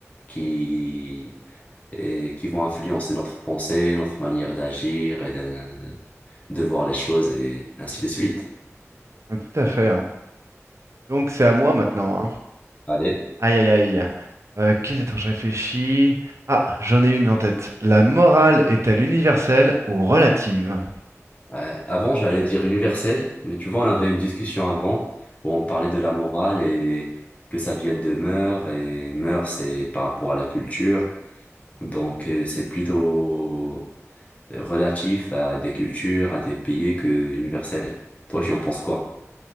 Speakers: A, on the left; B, on the right.
A: qui, et qui vont influencer notre pensée, notre manière d'agir et de, de voir les choses et ainsi de suite.
B: Ah, Tout à fait. hein. Donc c'est à moi maintenant. hein.
A: Allez,
B: Aïe aïe aïe. Euh, qu'est- attends, je réfléchis. Ah, j'en ai une en tête. La morale est-elle universelle ou relative?
A: euh, avant j'allais dire universel, mais tu vois, on avait une discussion avant où on parlait de la morale et que ça vienne de mœurs et mœurs c'est par rapport à la culture. Donc euh, c'est plutôt relatif à des cultures, à des pays que universel. Toi, tu en penses quoi?